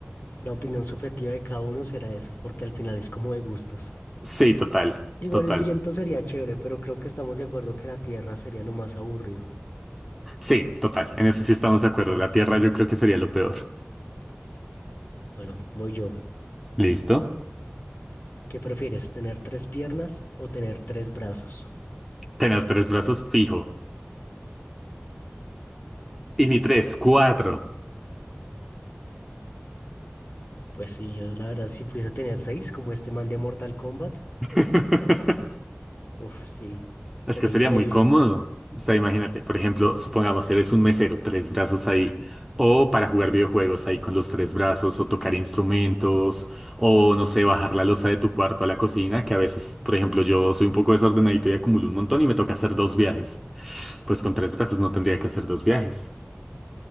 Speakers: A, on the left; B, in the centre.
A: la opinión subjetiva de cada uno será eso, porque al final es como de gustos.
B: Sí, total,
A: Igual
B: total.
A: el viento sería chévere, pero creo que estamos de acuerdo que la tierra sería lo más aburrido.
B: Sí, total. En eso sí estamos de acuerdo. La Tierra yo creo que sería lo peor.
A: Bueno, voy yo.
B: Listo.
A: ¿Qué prefieres, tener tres piernas o tener tres brazos?
B: Tener tres brazos fijo. Y ni tres, cuatro.
A: Pues sí, yo la verdad si pudiese tener seis, como este man de Mortal Kombat,
B: <laughs>
A: uf, sí,
B: Es
A: sería
B: que sería
A: increíble.
B: muy cómodo. O sea, imagínate, por ejemplo, supongamos eres un mesero, tres brazos ahí. O para jugar videojuegos ahí con los tres brazos, o tocar instrumentos, o no sé, bajar la losa de tu cuarto a la cocina, que a veces, por ejemplo, yo soy un poco desordenadito y acumulo un montón y me toca hacer dos viajes. Pues con tres brazos no tendría que hacer dos viajes.